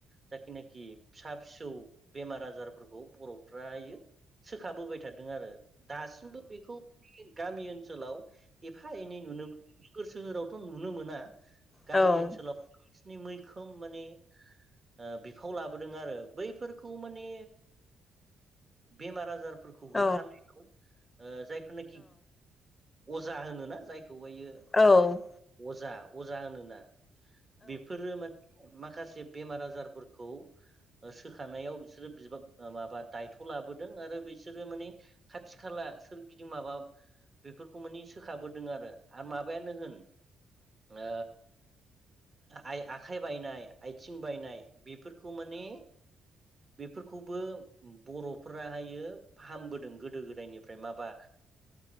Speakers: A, on the right; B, on the left.
A: जाखिनाखि फिसा फिसौ बेमार आजारफोरखौ बर'फ फ्रायो सोखाबोबाय थादों आरो। दासिमबो बेखौ गामि ओनसोलाव एफा एनै नुनो मोनो। गोर सोहोरावथ' नुनो मोना। गामि
B: औ औ
A: ओनसोलाव मैखोम माने ओ बिफाव लाबोदों आरो बैफोरखौ माने बेमार आजार फोरखौ होखानायखौ
B: औ
A: ओ जायफोरनोखि अजा होनो ना जायखौहायो
B: औ।
A: अजा अजा होनोना। बेफोरो माने माखासे बेमार आजारफोरखौ सोखानायाव बिसोरो बिबा माबा दायथ' लाबोदों आरो बिसोरो माने खाथि खाला सोरगिदिं माबा बेफोरखौ माने सोखाबोदों आरो माब बायानो होन ओ आइ आखाय बायनाय आइथिं बायनाय बेफोर खौ माने बेफोरखौबो बर'फोराहायो फाहामबोदों गोदो गोदायनिफ्रायनो माबा